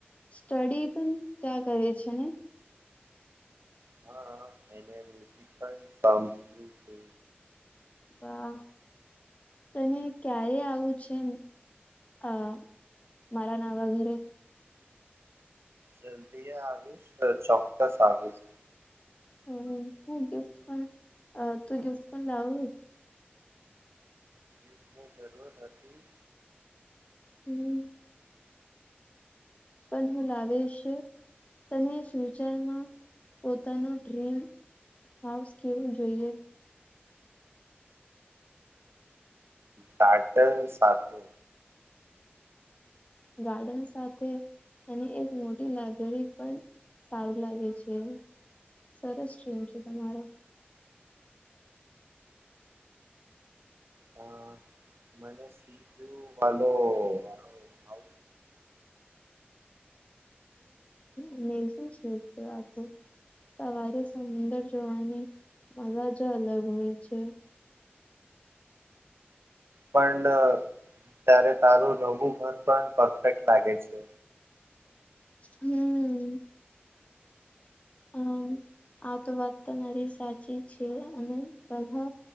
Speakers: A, on the left; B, on the right.
A: સ્ટડી પણ ત્યાં કરે છે ને
B: હા એ મ્યઝિક પણ છે
A: વાહ તને ક્યારે આવું છે આ મારા નાવા ઘરે
B: જલ્દી આવીશ ચોક્કસ આવીશ
A: હમ હું ગિફ્ટ પણ તું ગિફ્ટ પણ લાવ
B: એની જરૂર હતી હતી
A: હમ પણ હું લાવીશ. તને ફ્યુચરમાં પોતાનું ડ્રીમ હાઉસ કેવું જોઈએ?
B: પાર્સલ સાથે
A: ગાર્ડન સાથે અને એક મોટી લાયબ્રેરી પણ સારું લાગે છે સરસ સ્ટ્રીમ છે તમારો
B: હ મને સિપિયુ વાલો વાલો
A: હમ એ શું છે કે આ તો સવારે સુંદર જોવાની મજા જ અલગ હોય છે.
B: પણ ત્યારે તારું નવું ઘર પણ પરફેક્ટ લાગે છે.
A: હમ અમ આ તો વાત તમારી સાચી છે અને બધા